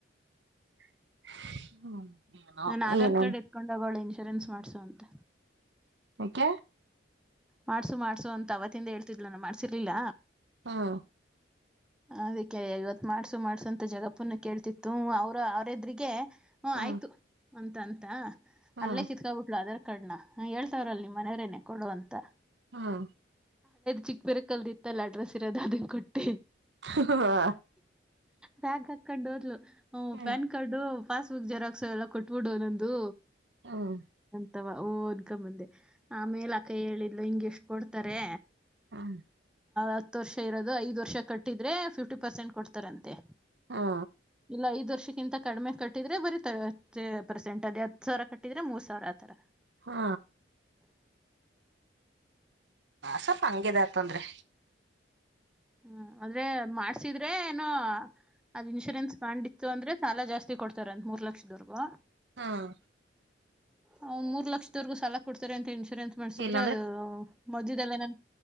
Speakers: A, on the right; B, in the centre.
A: <inaudible>
B: ನನ್ ಆಧಾರ್
A: ಏನೋ
B: ಕಾರ್ಡ್ ಎತ್ಕೊಂಡು ಹೋಗೋಳ ಇನ್ಶೂರೆನ್ಸ್ ಮಾಡ್ಸು ಅಂತ
A: ಯಾಕೆ
B: ಮಾಡ್ಸು ಮಾಡ್ಸು ಅಂತ ಅವತ್ತಿಂದ ಹೇಳ್ತಿದ್ಲ ನಾನ್ ಮಾಡ್ಸಿರ್ಲಿಲ್ಲ
A: ಹು
B: ಅದಕ್ಕೆ ಇವತ್ ಮಾಡ್ಸು ಮಾಡ್ಸು ಅಂತ ಜಗಪ್ಪನ ಕೇಳ್ತಿತ್ತು ಅವ್ರ ಎದುರಿಗೆ ಹ
A: ಹಾ
B: ಆಯ್ತು ಅಂತ ಅಂತ
A: ಹಾ
B: ಅಲ್ಲೇ ಕಿತ್ಕಾಬಿಟ್ಲು ಆಧಾರ್ ಕಾರ್ಡ್ ಹ ಹೇಳ್ತಾವ್ರರಲ್ ನಿಮ್ಮ ಮನವರೇನೆ ಕೊಡು ಅಂತ
A: ಹಾ
B: ಚಿಕ್ ಬೇರೆ ಕಲ್ದಿತ್ತಲ್ಲ ಅಡ್ರಸ್ ಇರೋದು ಅದನ್ ಕೊಟ್ಟಿ
A: ಹಾ
B: ಬ್ಯಾಗ್ ಹಾಕೊಂಡು ಹೋದ್ಲು ಹು
A: ಹ್ಮ್
B: ಪ್ಯಾನ್ ಕಾರ್ಡು ಪಾಸ್ಬುಕ್ ಜೆರಾಕ್ಸ್ ಎಲ್ಲ ಕೊಟ್ಬಿಡು ನಂದು
A: ಹ್ಮ್
B: ತವಾ ಓ ಅದ್ಕ ಮುಂದೆ ಆಮೇಲ ಅಕೈ ಹೇಳಿದ್ಲು ಹಿಂಗಗೆ ಎಷ್ಟು ಕೊಡ್ತಾರೆ
A: ಹ್ಮ್
B: ಹತ್ತು ವರ್ಷ ಇರೋದು ಐದು ವರ್ಷ ಕಟ್ಟಿದರೆ ಫಿಫ್ಟಿ ಪರ್ಸೆಂಟ್ ಕೊಡ್ತಾರಂತೆ
A: ಹಾ
B: ಇಲ್ಲ ಐದು ವರ್ಷ ಕ್ಕಿಂತ ಕಡಿಮೆ ಕಟ್ಟಿದ್ರೆ ಬರ ಪರ್ಸೆಂಟ್ ಅದ್ ಹತ್ತು ಸಾವಿರ ಕಟ್ಟಿದ್ರೆ ಮೂರ್ ಸಾವಿರ ಆತರ
A: ಹಾ ಸ್ವಲ್ಪ ಹಂಗಿದತಂದ್ರೆ
B: ಹ್ಮ ಆದ್ರೆ ಮಾಡ್ಸಿದ್ರೆ ಏನೋ ಅದ ಇನ್ಶೂರೆನ್ಸ್ ಬ್ಯಾಂಡ್ ಇತ್ತು ಅಂದ್ರೆ ಸಾಲ ಜಾಸ್ತಿ ಕೊಡ್ತಾರೆ ಅಂದ್ ಮೂರ್ ಲಕ್ಷದವರ್ಗೂ
A: ಹ್ಮ್
B: ಹ್ಮ್ ಮೂರ್ ಲಕ್ಷದವರ್ಗೂ ಸಾಲ ಕೊಡ್ತಾರೆ ಅಂತೆ ಇನ್ಶೂರೆನ್ಸ್ ಮಾಡ್ಸಿದ್ರೆ
A: ಇಲ್ಲಾಂದ್ರೆ
B: ಅ ಮದ್ಯದಲ್ಲಿ ಏನಾದ್ರು